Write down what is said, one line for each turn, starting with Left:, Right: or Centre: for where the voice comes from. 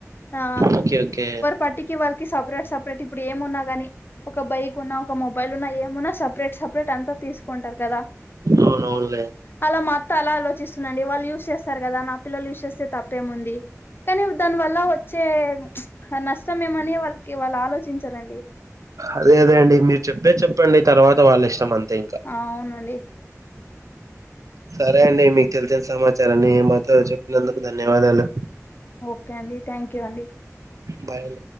Left: తా
Right: ఓకే ఓకే
Left: పట్టికి వాళ్ళకి సపరేట్ సపరేట్ ఇప్పుడు ఏమున్నా గాని ఒక బైక్ ఉన్నా ఒక మొబైల్ ఉన్నా ఏమున్నా సపరేట్ సపరేట్ అంతా తీసు కుంటారు కదా
Right: అవునవునులే
Left: అలా మా మత్త అలాలో చూస్తుందండి వాళ్ళు యూస్ చేస్తారు కదా నా పిల్లలు యూస్ చేస్తే తప్పేముంది కానీ దాని వల్ల వచ్చే నష్టం ఏమని వాళ్ళకి వాళ్ళు ఆలోచించరండి
Right: అదే అదే అండి మీరు చెప్పేద్ చెప్పండి తర్వాత వాళ్ళిష్టం అంతే ఇంకా
Left: ఆవునండి
Right: సరే అండి మీకు తెలిసిన సమాచారాన్ని మాతో చెప్పినందుకు ధన్యవాదాలు
Left: ఓకే అండి థ్యాంక్ యూ అండి
Right: బాయ్